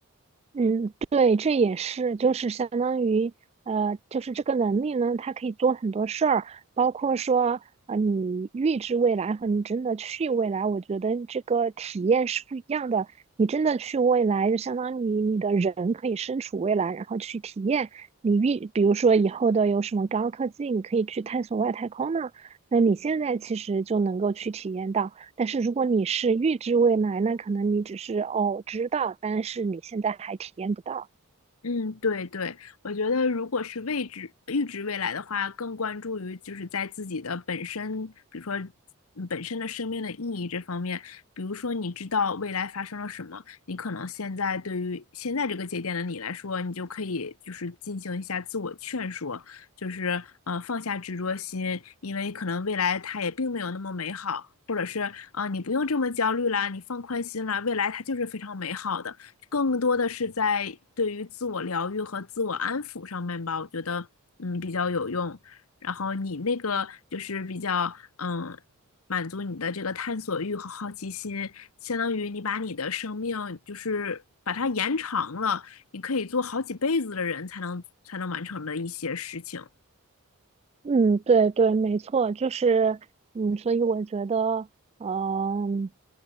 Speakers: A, on the right (about 30°); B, on the left (about 75°).
A: 嗯，对，这也是，就是相当于，呃，就是这个能力呢，它可以做很多事儿，包括说，呃，你预知未来和你真的去未来，我觉得这个体验是不一样的。你真的去未来，就相当于你的人可以身处未来，然后去体验你预，比如说以后的有什么高科技，你可以去探索外太空呢，那你现在其实就能够去体验到。但是如果你是预知未来，那可能你只是哦知道，但是你现在还体验不到。
B: 嗯，对对，我觉得如果是位知预知未来的话，更关注于就是在自己的本身，比如说嗯本身的生命的意义这方面。比如说，你知道未来发生了什么，你可能现在对于现在这个节点的你来说，你就可以就是进行一下自我劝说，就是呃放下执着心，因为可能未来它也并没有那么美好，或者是啊、呃你不用这么焦虑啦，你放宽心啦，未来它就是非常美好的。更多的是在对于自我疗愈和自我安抚上面吧，我觉得嗯比较有用。然后你那个就是比较嗯满足你的这个探索欲和好奇心，相当于你把你的生命就是把它延长了，你可以做好几辈子的人才能才能完成的一些事情。
A: 嗯，对对，没错，就是嗯，所以我觉得，嗯，